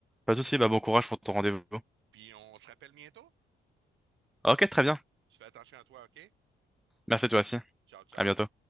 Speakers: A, in the centre; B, on the right.
A: Pas de souci, bah, bon courage pour ton rendez-vous.
B: Puis on se rappelle bientôt?
A: Ok, très bien.
B: Tu fais attention à toi, OK?
A: Merci toi aussi.
B: Ciao, ciao.
A: À bientôt.